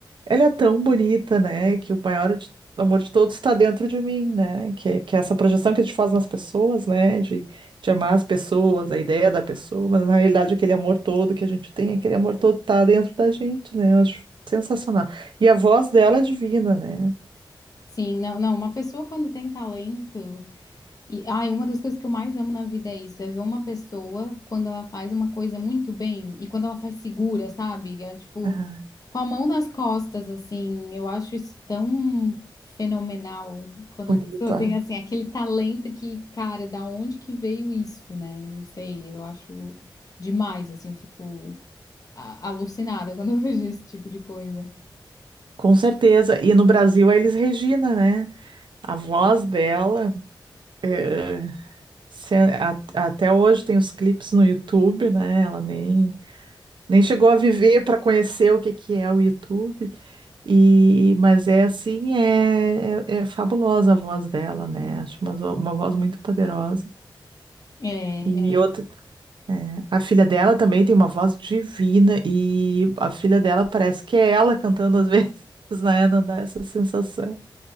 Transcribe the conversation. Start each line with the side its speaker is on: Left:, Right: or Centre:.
Right: ela é tão bonita, né, que o maior de- amor de todos está dentro de mim, né, que, que é essa projeção que a gente faz nas pessoas, né, de, de amar as pessoas, a ideia da pessoa, mas na realidade aquele amor todo que a gente tem, aquele amor todo tá dentro da gente, né, eu acho sensacional. E a voz dela é divina, né.
Left: sim, não, não, uma pessoa quando tem talento, e ai, uma das coisas que eu mais amo na vida é isso, é ver uma pessoa quando ela faz uma coisa muito bem e quando ela faz segura, sabe? É, tipo,
Right: Ah,
Left: Com a mão nas costas, assim, eu acho isso tão fenomenal quando
Right: bonito,
Left: a pessoa tem, assim, aquele talento que, cara, da onde que veio isso, né? Eu não sei, eu acho demais, assim, eu fico a- alucinada quando eu <laughs> vejo esse tipo de coisa.
Right: Com certeza. E no Brasil é Elis Regina, né? A voz dela, é, se- a- até hoje tem os clipes no YouTube, né? Ela nem, nem chegou a viver para conhecer o que que é o YouTube. E, mas é assim, é, é, é fabulosa a voz dela, né? Acho uma, zo- uma voz muito poderosa.
Left: É,
Right: E outra, é, a filha dela também tem uma voz divina e a filha dela parece que é ela cantando às <laughs> vezes, né? Não dá essa sensação.